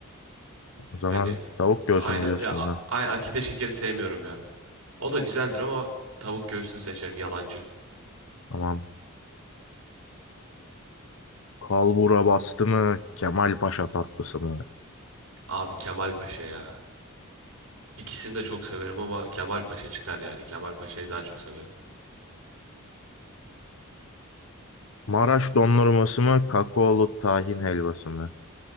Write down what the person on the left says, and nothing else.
O zaman
tavuk göğsü
mü diyorsun
buna?
Tamam. Kalbura bastı mı? Kemal Paşa tatlısı mı?
Maraş dondurması mı, kakaolu tahin helvası mı?